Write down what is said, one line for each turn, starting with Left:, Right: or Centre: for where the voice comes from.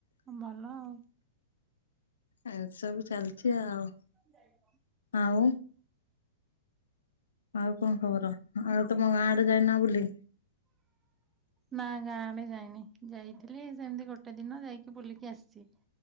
Right: ଭଲ ଆଉ।
Left: ଏ ସବୁ ଚାଲିଛି ଆଉ।
Right: ଯାଇ।
Left: ହଉ। ଆଉ କଣ ଖବର ଆଉ ତମ ଗାଁଆଡେ ଯାଇନା ବୋଲିଲି।
Right: ନା ଗାଁ ଆଡେ ଯାଇନି ଯାଇଥିଲି ସେମିତି ଗୋଟେ ଦିନ ଯାଇକି ବୁଲିକି ଆସିଛି।